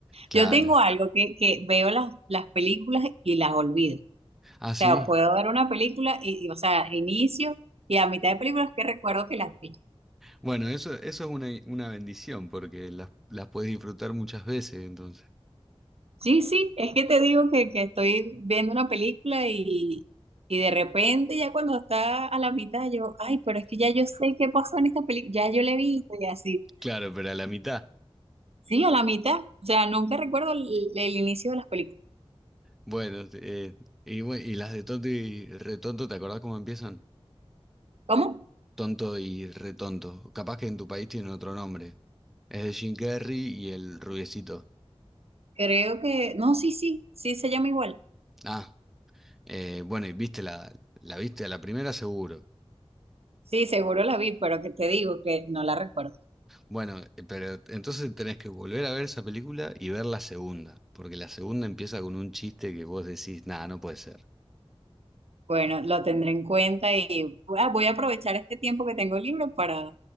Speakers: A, in the centre; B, on the right.
A: Claro.
B: Yo tengo algo que, que veo las, las películas y las olvido. O
A: Ah, sí.
B: sea, puedo ver una película y, y, o sea, inicio y a mitad de películas que recuerdo que las vi.
A: Bueno, eso, eso es una, una bendición porque las, las puedes disfrutar muchas veces, entonces.
B: Sí, sí, es que te digo que, que estoy viendo una película y, y de repente ya cuando está a la mitad yo, ay, pero es que ya yo sé qué pasó en esta película, ya yo la he visto y así.
A: Claro, pero a la mitad.
B: Sí, a la mitad. O sea, nunca recuerdo el el inicio de las películas.
A: Bueno, te- eh, y, bue- y las de tonto y retonto, ¿te acordás cómo empiezan?
B: ¿Cómo?
A: Tonto y retonto. Capaz que en tu país tienen otro nombre. Es de Jim Carrey y el rubiecito.
B: Creo que, no, sí, sí, sí se llama igual.
A: Ah, eh, bueno, y viste la, la viste a la primera seguro.
B: Sí, seguro la vi, pero que te digo que no la recuerdo.
A: Bueno, eh, pero entonces tenés que volver a ver esa película y ver la segunda, porque la segunda empieza con un chiste que vos decís, nada, no puede ser.
B: Bueno, lo tendré en cuenta y ah, voy a aprovechar este tiempo que tengo libre para,